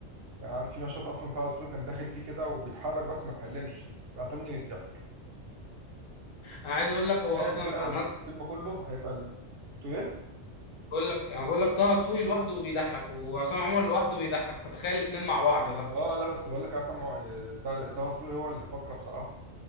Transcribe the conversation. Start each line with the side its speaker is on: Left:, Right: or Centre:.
Right: يعني عارف في مشهد اصلا طه دسوقي كان داخل فيه كده وبيتحرك بس ما اتكلمش قتلني من الضحك
Left: أنا عايز أقول لك هو
Right: تخيل
Left: أصلا
Right: بقى لو
Left: عمال
Right: شفت الفيلم كله هيبقى ال- بتقول ايه
Left: بقول لك أنا بقول لك طه دسوقي لوحده بيضحك وعصام عمر لوحده بيضحك فتخيل الاتنين مع بعض بقى
Right: اه لا بس بقول لك عصام عمر- طه طه دسوقي هو اللي فقره بصراحه